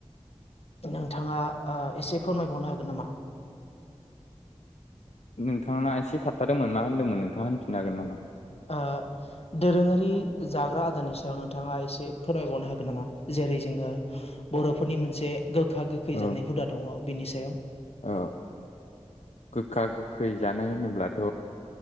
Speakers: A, on the left (about 60°); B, on the left (about 70°).
A: नोंथाङा ओ एसे फोरमायबावनो हागोन नामा?
B: नोंथाङा एसे थाबथादोंमोन, मा होनदोंमोन? नोंथाङा होनफिननो हागोन नामा?
A: ओ दोरोङारि जाग्रा आदारनि सायाव नोंथाङा एसे फोरमायबावनो हागोन नामा? जेरै जोङो बर'फोरनि मोनसे गोखा-गोखै
B: औ
A: जानाय हुदा दङ। बिनि सायाव
B: औ। गोखा-गोखै जानाय होनोब्लाथ'